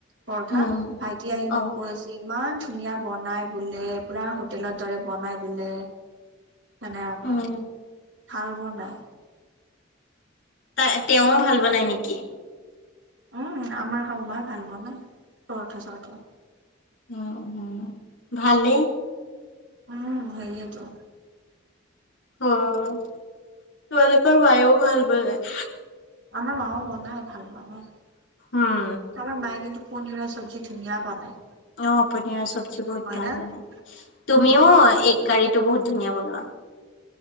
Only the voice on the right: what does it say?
পৰঠা
ভাইটি আহি মোক
কৈ আছে ইমান ধুনীয়া বনাই বোলে পুৰা হোটেলত দৰে বনাই বোলে সনেক ক
ভাল বনাই
উম আমাৰ হা মাই ভাল ব নাই পৰথা চৰথা
উম সেইয়টোো
আমাৰ মাও বনাই ভাল বনাই
আমাৰ মায়ে কিন্তু পনীৰৰ স্বজী ধুনীয়া বনাই
হয়
না
উম